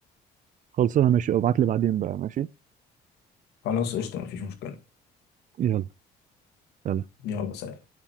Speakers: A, on the right (about 50°); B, on the left (about 75°).
A: خلصانه ماشي ابعت لي بعدين بقى ماشي
B: خلاص قشطة مفيش مشكلة
A: يلا يلا
B: يلا سلام